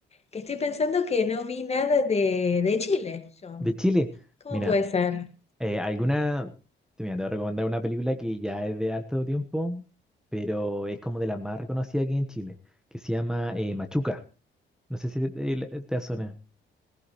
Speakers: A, on the left (about 30°); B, in the centre.
A: Que estoy pensando que no vi nada de, de Chile, yo.
B: de Chile.
A: ¿Cómo
B: Mira,
A: puede ser?
B: eh, alguna, te- mira, te voy a recomendar una película que ya es de harto tiempo, pero es como de las más reconocidas aquí en Chile, que se llama eh, Machuca. No sé si te, eh, te suena.